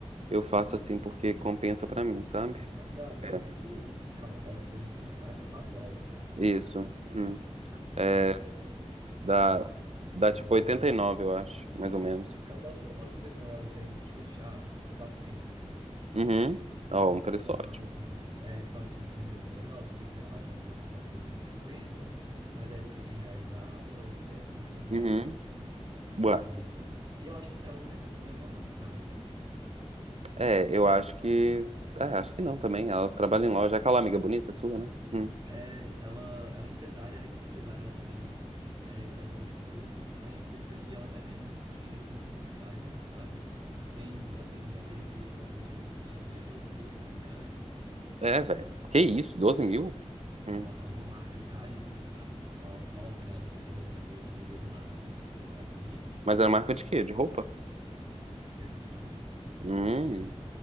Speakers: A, on the right; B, on the right.
A: eu faço assim porque compensa pra mim, sabe?
B: Ah, dá, dá
A: É,
B: 100, e- calma, é 350 ah, são quatro aulas, né?
A: isso. Uhum. É,
B: É,
A: dá,
B: 350,
A: dá tipo 89 eu acho, mais ou menos.
B: é, eu posso, eu posso ver com ela se a gente fechar, tipo, quatrocentos
A: Uhum. Ó, um preço
B: Eu Vou
A: ótimo.
B: falar assim, é, 400 por mês fica legal, se você quiser abaixar um pouco, já trezentos e cinquenta mas aí fica 100 reais a aula, etc, tananã,
A: Uhum.
B: tananã. E,
A: Ué,
B: e eu acho que pra ela não vai ser problema não, sabe?
A: É, eu acho que. É, acho que não também. Ela trabalha em loja. É Aquela amiga bonita sua, né? Hum.
B: É, ela, ela é empresária, além de ser empresária, ela também é criadora de conteúdo, influencer, então, e ela tá ganhando muito dinheiro com publicidade, sabe? Tem, assim, já teve proposta de publicidade dela de doze mil reais.
A: É, velho. Que isso? 12 mil? Hum.
B: Aham, Uma marca caríssima, que ela, no- quando ela me contou, é, foi um segredo master, assim, não podia contar pra ninguém.
A: Mas é marca de quê? De roupa?
B: Internacional,
A: Hum,
B: de grife.